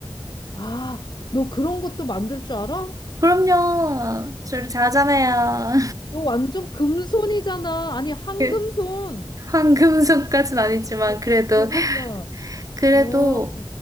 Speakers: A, on the left (about 55°); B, on the right (about 40°).
A: 아, 너 그런 것도 만들 줄 알아?
B: 그럼요. 저를 잘하잖아요.
A: 너 완전 금손이잖아. 아니, 한금손.
B: <laughs> 황금손까진 아니지만
A: 대-
B: 그래도
A: 대박이야.
B: 그래도
A: 와.